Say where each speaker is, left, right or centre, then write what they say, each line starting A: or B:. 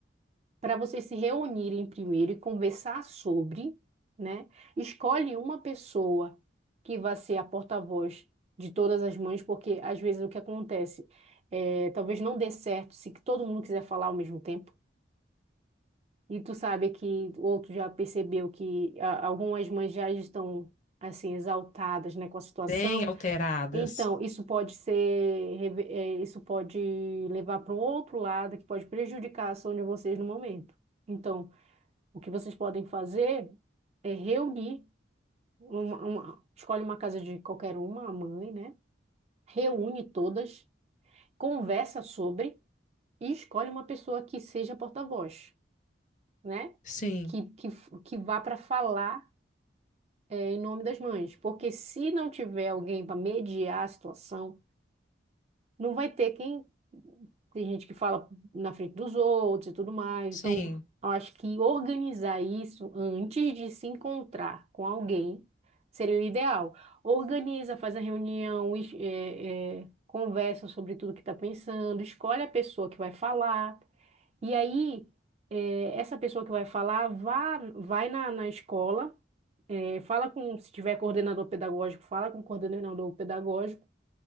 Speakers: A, on the right (about 35°); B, on the left (about 40°).
A: para vocês se reunirem primeiro e conversar sobre, né, escolhe uma pessoa que vai ser a porta-voz de todas as mães, porque às vezes o que acontece é, talvez não dê certo se todo mundo quiser falar ao mesmo tempo. E tu sabe que o outro já percebeu que ah, algumas mães já estão assim exaltadas, né, com a situação.
B: bem alteradas.
A: Então, isso pode ser, reve- eh, isso pode levar para um outro lado que pode prejudicar a ação de vocês no momento. Então, o que vocês podem fazer é reunir uma, uma- escolhe uma casa de qualquer uma, a mãe, né? Reúne todas, conversa sobre e escolhe uma pessoa que seja porta-voz, né?
B: Sim,
A: Que, que, f- que vá para falar, eh, em nome das mães. Porque se não tiver alguém para mediar a situação, Não vai ter quem. Tem gente que fala na frente dos outros e tudo mais.
B: sim,
A: Então, eu acho que organizar isso antes de se encontrar com alguém seria o ideal. Organiza, faz a reunião, es- é, é, conversa sobre tudo que está pensando, escolhe a pessoa que vai falar. E aí, é, essa pessoa que vai falar, vá, vai na, na escola, é, fala com, se tiver coordenador pedagógico, fala com o coordenador pedagógico.